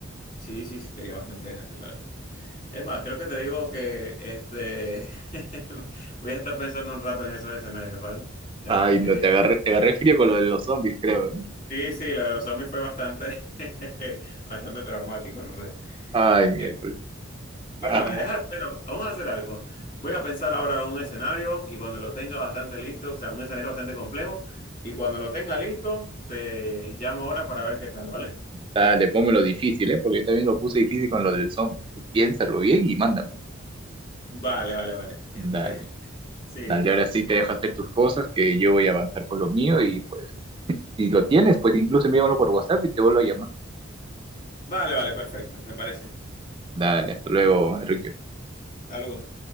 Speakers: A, on the left; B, on the right.
A: sí, sí, sí, sería bastante desastre, la verdad. Es más, creo que te digo que este <laughs> voy a estar pensando un rato en esos escenarios, ¿vale? La
B: Ay,
A: verdad que...
B: no, te agarré, te agarré frío con lo de los zombies, creo, ¿eh?
A: Sí, sí, lo de los zombies fue bastante, <laughs> bastante traumático, no sé.
B: Ay, miércoles.
A: Eh, bueno,
B: Ah,
A: me dejas, bueno, vamos a hacer algo. Voy a pensar ahora un escenario y cuando lo tenga bastante listo, o sea, un escenario bastante complejo, y cuando lo tenga listo, te llamo ahora para ver qué tal, ¿vale?
B: dale, pónmelo difícil, ¿eh? Porque yo también lo puse difícil con lo del zombie. Tú Piénsalo bien y mándame.
A: Vale, vale, vale. Esta
B: Dale.
A: vez, sí,
B: Dale,
A: da.
B: ahora sí te dejo hacer tus cosas, que yo voy a avanzar con lo mío y pues, si lo tienes, pues incluso envíamelo por WhatsApp y te vuelvo a llamar.
A: Vale, vale, perfecto, me parece.
B: Dale, hasta luego, Enrique.
A: Saludos.